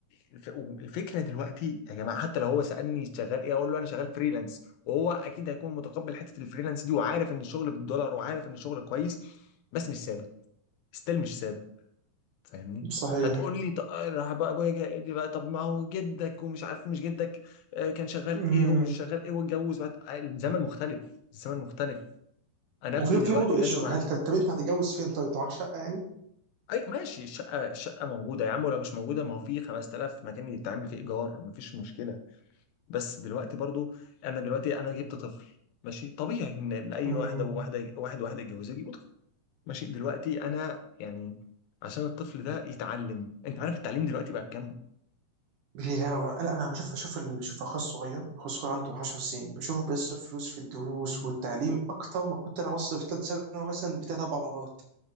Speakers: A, on the left; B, on the right.
A: الف- الفكره دلوقتي يا جماعه حتى لو هو سالني شغال ايه اقول له انا شغال فريلانس وهو اكيد هيكون متقبل حته الفريلانس دي وعارف ان الشغل بالدولار وعارف ان الشغل كويس بس مش ثابت ستيل مش ثابت فاهمني
B: صحيح
A: هتقول لي ط- راح بقى ابويا جاي قال لي بقى طب ما هو جدك ومش عارف مش جدك آه، كان شغال
B: امم
A: ايه ومش شغال ايه واتجوز بعد آه، الزمن مختلف الزمن مختلف انا ابني
B: وفي
A: دلوقتي
B: في برضه ايشو
A: لازم أ...
B: هل ط- طب انت هتتجوز فين طيب انت معاك شقه يعني
A: ايوه ماشي الشقه الشقه موجوده يا عم ولو مش موجوده ما هو في 5000 مكان يتعمل فيه ايجار مفيش مشكله بس دلوقتي برضو انا دلوقتي انا جبت طفل ماشي طبيعي ان إن اي
B: امم
A: واحده وواحده واحد واحده يتجوزها يجيبوا طفل ماشي دلوقتي انا يعني عشان الطفل ده يتعلم انت عارف التعليم دلوقتي بقى بكام
B: لا انا انا بشوف بشوف ال- بشوف اخويا الصغير اخويا الصغير عنده 10 سنين بشوفه بيصرف فلوس في الدروس والتعليم اكتر ما كنت انا بصرف في ثالث ثانوي مثلا بتاع اربع مرات